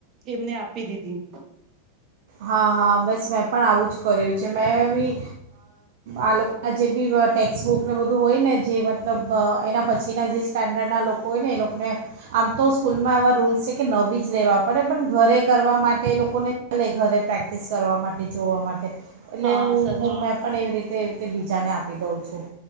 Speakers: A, on the right; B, on the right.
A: એમને આપી દીધી.
B: હા હા બસ મેં પણ આવું જ કર્યું છે. મેં બી આ લોકોના જે બી ટેક્સ્ટબુકને બધું હોય ને જે મતલબ એના પછીના જે સ્ટાન્ડર્ડના લોકો હોય ને એ લોકોને આમ તો સ્કૂલમાં એવા રૂલ્સ છે કે નવી જ લેવા પડે પણ ઘરે કરવા માટે એ લોકોને ઘરે પ્રેક્ટિસ કરવા માટે, જોવા માટે એટલે
A: હા
B: હું
A: સાચું
B: મેં પણ એવી રીતે તે બીજાને આપી દઉં છું.